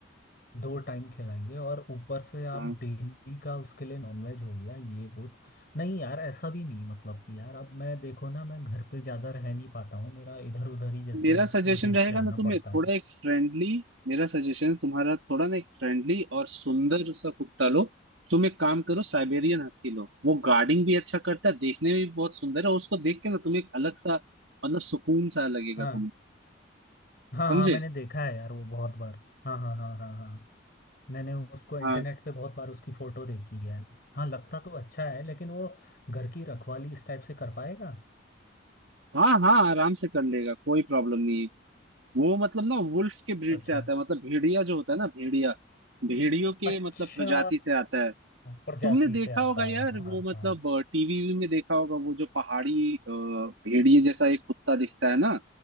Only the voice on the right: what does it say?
हाँ
मेरा सजेशन
रहेगा
ना तुम्हें
थोड़ा
एक फ्रेंडली मेरा सजेशन तुम्हारा थोड़ा ना एक फ्रेंडली और सुंदर सा कुत्ता लो तुम एक काम करो साइबेरियन हस्की लो वो गार्डिंग भी अच्छा करता है देखने में भी बहुत सुंदर है और उसको देख के ना तुम्हें एक अलग सा मतलब सुकून सा लगेगा
तुम्हें
समझे
हाँ
हाँ हाँ आराम से कर लेगा कोई प्रॉब्लम नहीं है वो मतलब ना वुल्फ के ब्रीड
से आता है मतलब भेड़िया जो होता है ना भेड़िया भेड़ियों के
मतलब प्रजाति से आता है
तुमने देखा
होगा यार
वो मतलब टीवी में देखा होगा वो जो पहाड़ी अ, भेड़िए जैसा एक कुत्ता दिखता है ना